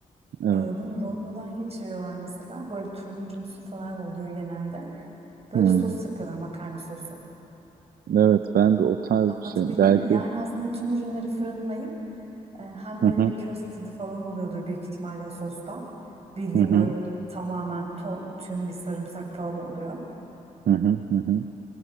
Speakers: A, on the right; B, on the right.
A: evet.
B: E, bunu rondodan geçiriyorlar mesela. Böyle turuncumsu falan oluyor genelde. Böyle
A: Hı.
B: bir sos yapıyorlar makarna sosu.
A: Evet ben de o tarz bir
B: Anlatabildim
A: şey belki.
B: mi? Yani aslında tüm ürünleri fırınlayıp E, Hem böyle
A: Hı hı,
B: bir köz tadı falan oluyordur büyük ihtimalle o sosta. Bildiğim
A: hı hı,
B: böyle tamamen to- tüm bir sarımsak falan oluyor.
A: hı hı, hı hı.